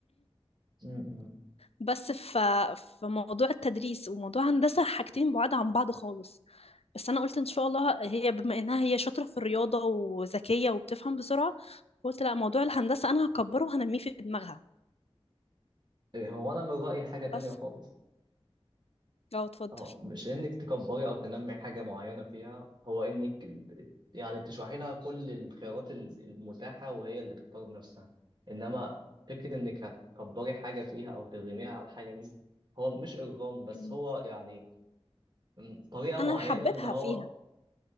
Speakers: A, on the right; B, on the left.
A: مم.
B: بس ف... في موضوع التدريس وموضوع هندسة حاجتين بعاد عن بعض خالص بس أنا قلت إن شاء الله هي بما إنها هي شاطرة في الرياضة وذكية وبتفهم بسرعة قلت لا موضوع الهندسة أنا هكبره وهنميه في دماغها
A: إيه، هو انا من رايي حاجه تانية
B: بس
A: خالص
B: اه اتفضل
A: اه مش انك تكبري او تنمي حاجه معينه فيها هو انك يعني تشرحي لها كل الخيارات ال- المتاحه وهي اللي تختار بنفسها انما فكره انك هتكبري حاجه فيها او ترغميها على الحاجه دي هو مش ارغام بس
B: مم.
A: هو يعني م، طريقه معينه
B: أنا هحببها
A: اللي هو
B: فيها